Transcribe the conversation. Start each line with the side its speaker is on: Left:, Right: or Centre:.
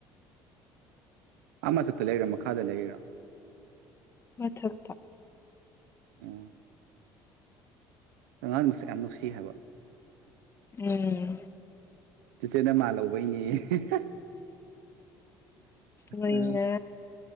Right: ꯑꯃ ꯃꯊꯛꯇ ꯂꯩꯔꯥ ꯃꯈꯥꯗ ꯂꯩꯔꯤꯔꯥ
Left: ꯃꯊꯛꯇ
Right: ꯎꯝ ꯑꯉꯥꯡ ꯃꯁꯛ ꯌꯥꯝ ꯅꯨꯡꯁꯤ ꯍꯥꯏꯕ
Left: ꯎꯝ
Right: ꯇꯤꯆꯦꯅ ꯃꯥ ꯂꯧꯕꯩꯅꯤ ꯑꯥꯍꯥ
Left: ꯅꯣꯏꯅ
Right: ꯑ